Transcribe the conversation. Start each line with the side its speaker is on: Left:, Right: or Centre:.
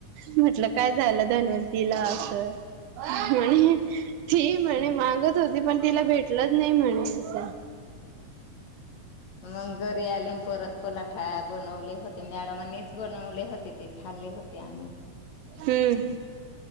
Right: म्हटलं, काय झालं धनवंतीला? अस म्हणे ती म्हणे मागत होती पण तिला भेटले म्हलं नाही म्हणे अस
Left: मंग घरी आली परत पराठे बनवले होते मॅडमांनीच बनवले होते ते खाल्ले होते आम्ही
Right: हम्म